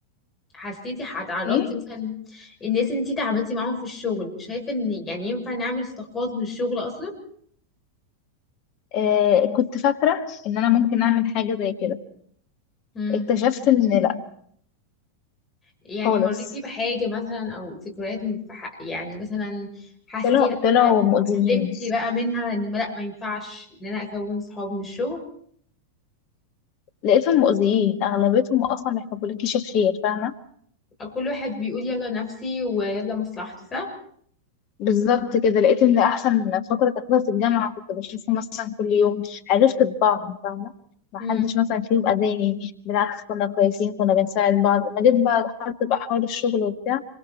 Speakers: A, on the left; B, on the left.
A: حسيتي هتعرضتي
B: ايه
A: مثلا الناس اللي انتي تعاملتي معاهم في الشغل شايفه ان يعني ينفع نعمل صداقات من الشغل اصلا
B: آه كنت فاكره ان انا ممكن اعمل حاجه زي كده
A: امم
B: اكتشفت ان لا
A: يعني
B: خالص
A: مريتي بحاجه مثلا او ذكريات من- في حق يعني مثلا حسيتي
B: طلعوا
A: لا
B: طلعوا مؤذيين
A: اتعلمتي بقى منها ان ما- لا ما ينفعش ان انا اكون صحاب من الشغل
B: لقيتهم مؤذيين اغلبيتهم اصلا ما يحبولكيش الخير فاهمه
A: أو كل واحد بيقول يلا نفسي ويلا مصلحتي صح
B: بالظبط كده لقيت ان احسن فتره تاخدها في الجامعه كنت بشوفهم مثلا كل يوم عرفت طباعهم فاهمه ما
A: امم
B: حدش مثلا فيهم اذاني بالعكس كنا كويسين كنا بنساعد بعض لما جيت بقى دخلت بقى حوار الشغل وبتاع